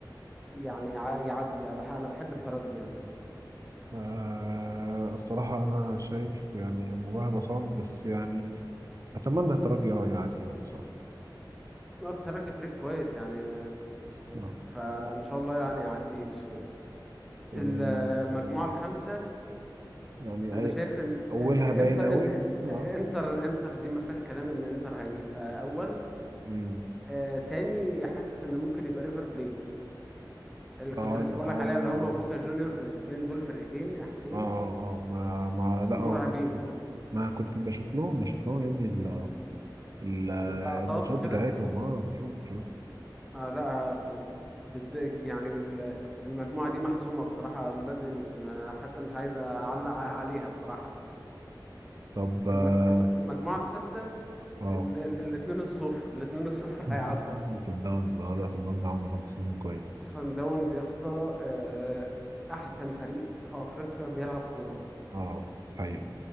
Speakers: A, in the centre; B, on the right.
A: يعني يع- يعدي أنا بح- أنا بحب الترجي يعني
B: آه الصراحة أنا شايف يعني الموضوع هيبقى صعب بس يعني أتمنى الترجي أه يعدي هو بصراحة
A: آه، الترجي فريق كويس يعني آه،
B: آه.
A: فإن شاء الله يعني يعدي بسهولة
B: ال-
A: المجموعة الخامسة
B: يعني
A: أنا
B: أي
A: شايف إن
B: أولها
A: آه، آه،
B: باين
A: إنتر
B: قوي
A: إن- آه،
B: أه
A: آه، إنتر إنتر دي ما فيهاش كلام إن إنتر هيبقى أول
B: مم.
A: آه، تاني حاسس إن ممكن يبقى ريفر بليت اللي كنت
B: أه
A: لسه
B: لا
A: بقولك
B: هو
A: عليها اللي هما
B: أه
A: وبوكا جونيورز الاتنين دول فرقتين يا حسين
B: أه آه، ما ما لا
A: مرعبين
B: هو دي ما كنت بشوف لهم بشوف لهم يا ابني ال- الماتشات
A: اللقطات وكده
B: بتاعتهم اه بشوف بشوف
A: آه لا ه- بس- ضد يعني ال- المجموعة دي محسومة بصراحة من بدري مش ما- حتى مش عايز أعلق عليها بصراحة
B: طب اه
A: المج... المجموعة الستة
B: آه.
A: ال... ال... الاتنين الصفر الاتنين الصفر
B: <laughs>
A: <laughs> هيعدى
B: صن داونز اه لا صن داونز عامله برضه سيزون كويس
A: صن داونز يا اسطى آه، أحسن فريق في أفريقيا بيلعب كورة
B: اه حقيقة